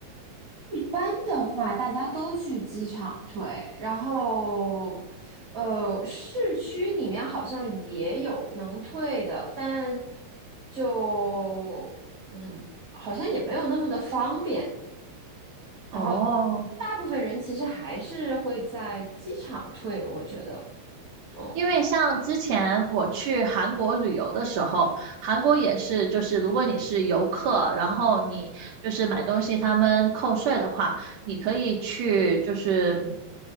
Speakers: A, on the right; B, on the right.
A: 班的话，大家都去机场退，然后，呃，市区里面好像也有能退的，但就嗯，好像也没有那么的方便。
B: 哦。
A: 然后，大部分人其实还是会在机场退，我觉得，嗯。
B: 因为像之前我去韩国旅游的时候，韩国也是，就是如果你是游客，然后你就是买东西，他们扣税的话，你可以去就是嗯